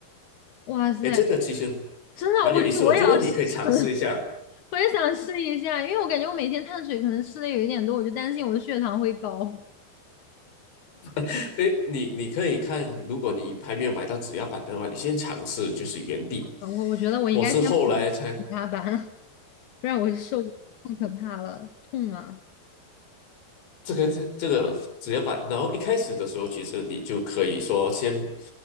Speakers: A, on the left (about 65°); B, on the left (about 85°).
A: 哇塞，
B: 诶，这个其实
A: 真的，
B: 蛮有意思，
A: 我去，我也要试
B: 我觉得你可以尝试一下。
A: <laughs> 我也想试一下，因为我感觉我每天碳水可能吃的有一点多，我就担心我的血糖会高，
B: <laughs> 诶，你你可以看，如果你还没有买到指压板的话，你先尝试就是原地。
A: 嗯我我觉得我应该先不上加班，
B: 我是后来才
A: <laughs> 不然我瘦太可怕了，痛啊
B: 这个这这个只压板，然后一开始的时候，其实你就可以说先，